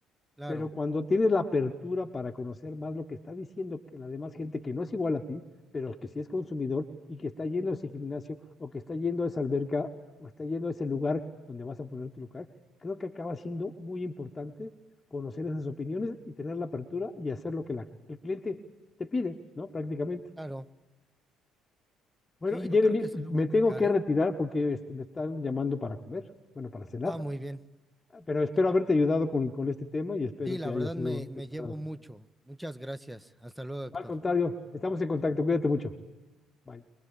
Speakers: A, in the centre; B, on the left (about 30°).
A: Claro,
B: Pero cuando tienes la apertura para conocer más lo que está diciendo que la demás gente que no es igual a ti, pero que sí es consumidor y que está yendo a ese gimnasio o que está yendo a esa alberca o está yendo a ese lugar donde vas a poner tu lugar, creo que acaba siendo muy importante conocer esas opiniones y tener la apertura y hacer lo que la- el cliente te pide, ¿no? Prácticamente.
A: claro.
B: Bueno,
A: Sí, yo
B: Jeremy,
A: creo que sí lo
B: me
A: voy a aplicar,
B: tengo que
A: ¿eh?
B: retirar porque este, me están llamando para comer, bueno, para cenar,
A: Ah, muy bien.
B: pero
A: Ok.
B: espero haberte ayudado con, con este tema y espero
A: Sí,
B: que
A: la
B: haya
A: verdad
B: sido
A: me, me
B: de tu
A: llevo
B: agrado.
A: mucho. Muchas gracias. Hasta luego, Héctor.
B: Al contrario, estamos en contacto. Cuídate mucho. Bye.